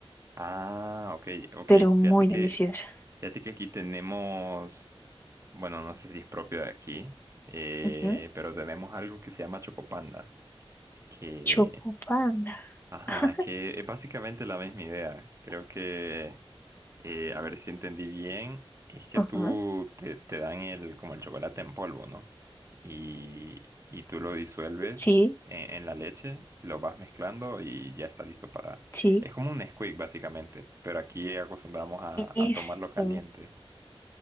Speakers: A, on the right; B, on the left.
A: Ah, ok, ok.
B: pero muy
A: Fíjate que,
B: deliciosa.
A: fíjate que aquí tenemos, bueno, no sé si es propio de aquí, eh,
B: Ujú.
A: pero tenemos algo que se llama Chocopanda, que,
B: Chocopanda.
A: ajá,
B: <laughs>
A: que es básicamente la misma idea. Creo que eh, a ver si entendí bien, es que
B: Ajá.
A: tú te, te dan el, como el chocolate en polvo, ¿no? Y, y tú lo disuelves
B: Sí,
A: en, en la leche, lo vas mezclando y ya está listo para...
B: Sí,
A: Es como un Nesquik, básicamente, pero aquí acostumbramos a,
B: eso,
A: a tomarlo caliente.